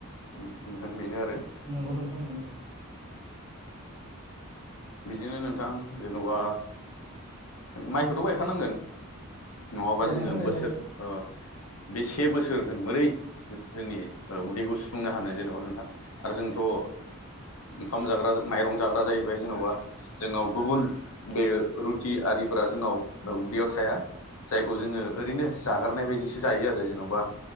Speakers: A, on the left; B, in the centre.
A: ओम नोंथां बेनो आरो <inaudible>
B: नंगौ नोंथां नंगौ
A: बिदिनो नोंथां जेनबा माइखौथ' गायखानांगोन नङाबा
B: गायनांगोन
A: जोङो
B: गायनांगोन
A: बोसोर ओ बे से बोसोर जों मोरै जोंनि उन्दैखौ सुफुंनो हानो जेनेबा नोंथां आरो जों थ‌ ओ ओंखाम जाग्रा माइरं जाग्रा जाहैबाय जेनबा जोंनाव गुबुन बे रुथि आरिफोरा जोंनाव उदैयाव थाया जायखौ जोङो ओरैनो जागारनाय बाय बिसो जायो आरो जेनबा